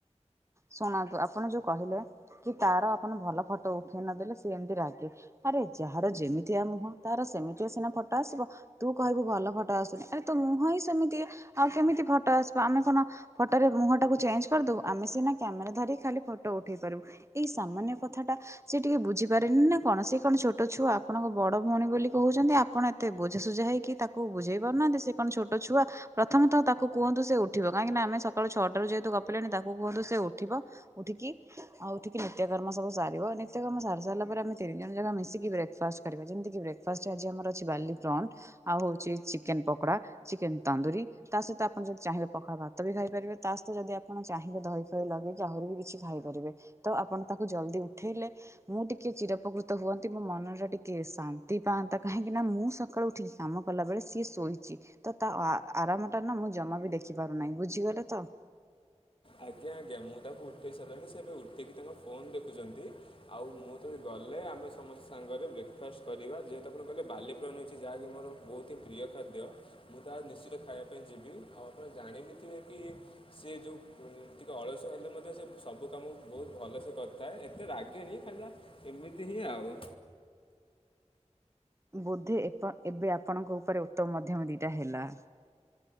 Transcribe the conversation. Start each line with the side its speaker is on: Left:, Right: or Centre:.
Right: ଶୁଣନ୍ତୁ ଆପଣ ଯୋଉ କହିଲେ କି ତାର ଆପଣ ଭଲ ଫଟୋ ଉଠେଇ ନଦେଲେ ସିଏ ଏମିତି ରାଗେ। ଆରେ ଯାହାର ଯେମିତିଆ ମୁହଁ ତାର ସେମିତିଆ ସିନା ଫଟୋ ଆସିବ। ତୁ କହିବୁ ଭଲ ଫଟୋ ଆସୁନି, ଆରେ ତ ମୁହଁ ହିଁ ସେମିତି ଆଉ କେମିତି ଫଟୋ ଆସିବ, ଆମେ କଣ ଫଟୋରେ ମୁହଁ ଟାକୁ ଚେଞ୍ଜ କରିଦବୁ, ଆମେ ସିନା କ୍ୟାମେରା ଧରି ଖାଲି ଫଟୋ ଉଠେଇ ପାରିବୁ। ଏଇ ସାମାନ୍ୟ କଥା ଟା ସେ ଟିକେ ବୁଝିପାରେନି ନା କଣ? ସେ କଣ ଛୋଟ ଛୁଆ? ଆପଣଙ୍କ ବଡ ଭଉଣୀ ବୋଲି କହୁଛନ୍ତି। ଆପଣ ଏ ତେ ବୁଝାସୁଜା ହେଇକି ତାକୁ ବୁଝେଇ ପାରୁନାହାନ୍ତି। ସେ କଣ ଛୋଟ ଛୁଆ? ପ୍ରଥମତଃ ତାକୁ କୁହନ୍ତୁ ସେ ଉଠିବ। କାହିଁକିନା ଆମେ ସକାଳୁ ଛଅଟାରୁ ଯେହେତୁ ଗପିଲେଣି ତାକୁ କୁହନ୍ତୁ ସେ ଉଠିବ। ଉଠିକି ଆଉ ଉଠିକି ନିତ୍ୟକର୍ମ ସବୁ ସାରିବ। ନିତ୍ୟକର୍ମ ସାରି ସାରିଲା ପରେ, ଆମେ ତିନି ଜଣ ଯାକ ମିଶିକି ବ୍ରେକଫାଷ୍ଟ କରିବା ଯେମତି କି ବ୍ରେକଫାଷ୍ଟ ରେ ଆଜି ଆମର ଅଛି ବାଲି ପ୍ରଣ୍ଟ ଆଉ ହଉଛି ଚିକେନ୍ ପକୋଡା ଚିକେନ୍ ତନ୍ଦୁରୀ ତା ସହିତ ଆପଣ ଯଦି ଚାହିଁବେ ପଖାଳ ଭାତ ବି ଖାଇପାରିବେ। ତା ସହିତ ଯଦି ଆପଣ ଚାହିଁବେ ଦହି ଫହି ଲଗେଇ ଯେ ଆହୁରି ବି କିଛି ଖାଇପାରିବେ। ତ ଆପଣ ତାକୁ ଜଲଦି ଉଠେଇଲେ ମୁଁ ଟିକେ ଚିରଉପକୃତ ହୁଅନ୍ତି, ମୋ ମନରେ ଟିକେ ଶାନ୍ତି ପାଆନ୍ତା, କାହିଁକି ନା ମୁଁ ସକାଳୁ ଉଠିକି କାମ କଲା ବେଳେ ସିଏ ଶୋଇଚି, ତ ତା ଆ, ଆରାମଟା ନା ମୁଁ ଜମା ବି ଦେଖିପାରୁ ନାଇଁ, ବୁଝିଗଲେ ତ?
Left: ଆଜ୍ଞା ଆଜ୍ଞା ମୁଁ ତାକୁ ଉଠେଇ ସାରିଲାଣି ସେ ଏବେ ଉଠିକି ତାଙ୍କ ଫୋନ୍ ଦେଖୁଚନ୍ତି। ଆଉ ମୁଁ ଯଦି ଗଲେ ଆମେ ସମସ୍ତେ ସାଙ୍ଗରେ ବ୍ରେକଫାଷ୍ଟ କରିବା। ଯେହେତୁ ଆପଣ କହିଲେ ବାଲି ପ୍ରନ୍ ହେଇଚଛି ଯାହାକି ମୋର ବହୁତି ପ୍ରିୟ ଖାଦ୍ୟ। ମୁଁ ତାହା ନିଶ୍ଚିତ ଖାଇବା ପାଇଁ ଯିବିି। ଆଉ ଆପଣ ଜାଣିବି ଥିବେ କି ସିଏ ଯୋଉ ଉଁ, ଟିକେ ଅଳସୁଆ ହେଲେ ମଧ୍ୟ ସେ ସବୁ କାମକୁ ବହୁତ ଭଲସେ କରିଥାଏ। ଏତେ ରାଗେନି ଖାଲି ଯାହା ଏମିତି ହିଁ ଆଉ।
Right: ବୋଧେ ଏପ ଏବେ ଆପଣଙ୍କ ଉପରେ ଉତ୍ତମ ମଧ୍ୟମ ଦିଟା ହେଲା।